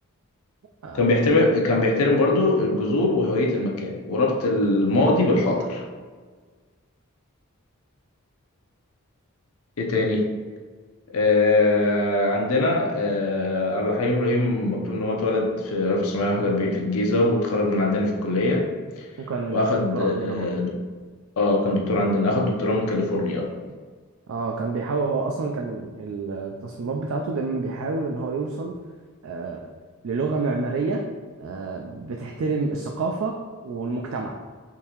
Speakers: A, on the right (about 65°); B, on the left (about 75°).
A: آه
B: كان بيحترم كان بيحترم برضو الجذور وهويه المكان وربط الماضي بالحاضر ايه تاني آه، عندنا آه، عبد الحليم إبراهيم مكتوب إن هو اتولد في 1941 في الجيزة واتخرج من عندنا في الكلية
A: وكان
B: وأخد
A: دكتور
B: آه
A: عندنا برضه
B: دك- آه، كان دكتور عندنا أخد دكتوراه من كاليفورنيا
A: اه كان بيحاول هو اصلا كان التصميمات بتاعته دايما بيحاول ان هو يوصل آه للغة معمارية آه بتحترم الثقافة والمجتمع